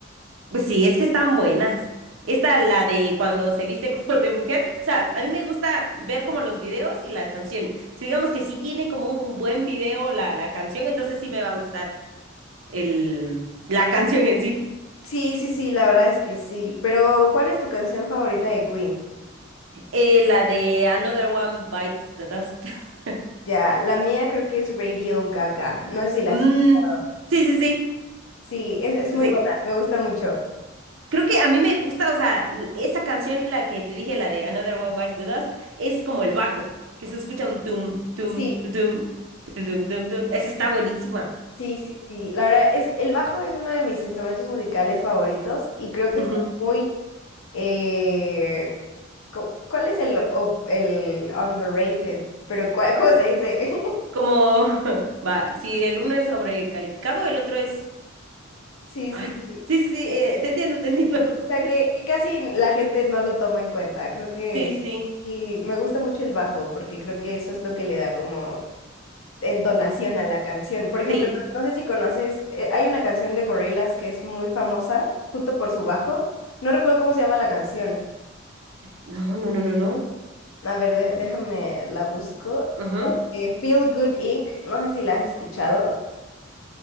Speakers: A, on the right; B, on the left.
A: Pues sí, es que están buenas. Esta, la de cuando se viste <laughs> como de mujer, o sea, a mí me gusta ver como los videos y las canciones. Si digamos que sí tiene como un buen video la, la canción, entonces sí me va a gustar el, la <laughs> canción en sí.
B: Sí, sí, sí, la verdad es que sí. Pero, ¿cuál es tu canción favorita de Queen?
A: Eh, la de Another One Bites the Dust. <laughs>
B: Ya, la mía creo que es Radio Gaga. No sé si la
A: Mm,
B: has escuchado.
A: sí, sí, sí,
B: Sí, es, es
A: sí.
B: muy buena, me gusta mucho.
A: Creo que a mí me gusta, o sea, l- esa canción, la que te dije, la de Another One Bites the Dust, es como el bajo, que se escucha un tum, tum,
B: Sí,
A: tu, tum, tu, tum, tum, tum. Esa está buenísima.
B: sí, sí, sí. La verdad es, el bajo es uno de mis instrumentos musicales favoritos y creo que
A: Ujú.
B: está muy... eh, cu- ¿cuál es el, o- el underrated? Pero, ¿cuál- ¿cómo se dice? <laughs>
A: Como, <laughs> va, si el uno es sobrecalificado, el otro es...
B: Sí,
A: Ay,
B: sí, sí.
A: sí, sí, sí, eh, te entiendo, te entiendo. <laughs>
B: sea, que, que casi la gente no lo toma en cuenta. Creo que
A: Sí, sí,
B: sí, me gusta mucho el bajo porque creo que eso es lo que le da como entonación a la canción. Por ejemplo,
A: sí.
B: no no sé si conoces, eh, hay una canción de Gorillaz que es muy famosa justo por su bajo. No recuerdo cómo se llama la canción.
A: No, no, no, no, no.
B: A ver, dé- déjame la busco.
A: Ajá.
B: Eh, Feel Good Inc. No sé si la has escuchado.